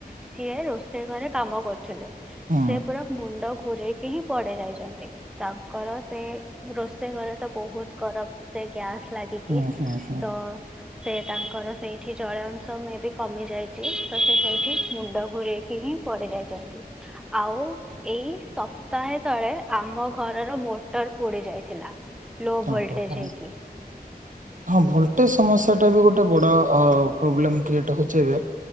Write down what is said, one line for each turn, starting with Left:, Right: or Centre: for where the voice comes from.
Centre: ସିଏ ରୋଷେଇ ଘରେ କାମ କରୁଥିଲେ
Right: ହୁଁ
Centre: ସେ ପୁରା ମୁଣ୍ଡକୁ ଘୁରେଇକି ହିଁ ପଡି ଯାଇଛନ୍ତି। ତାଙ୍କର ସେ ରୋଷେଇ ଘରେ ତ ବହୁତ ଗରମ ସେ ଗ୍ୟାସ୍ ଲାଗିକି
Right: ହୁଁ ହୁଁ ହୁଁ
Centre: ତ ସେ ତାଙ୍କର ସେଇଠି ଜଳୀୟ ଅଂଶ ମେ ବି କମିଯାଇଛି ତ ସେ ସେଇଠି ମୁଣ୍ଡ ଘୁରୋଇକି ହିଁ ପଡ଼ିଯାଇଛନ୍ତି ଆଉ ଏଇ ସପ୍ତାହେ ତଳେ ଆମ ଘରର ମୋଟର ପୋଡି ଯାଇଥିଲା। ଲୋ ଭୋଲଟେଜ
Right: ଓହୋ।
Centre: ହେଇକି।
Right: ହଁ ଭୋଲଟେଜ ସମସ୍ୟା ଟା ବି ଗୋଟେ ବଡ ପ୍ରୋବ୍ଲେମ କ୍ରିଏଟ ହଉଛି ଏବେ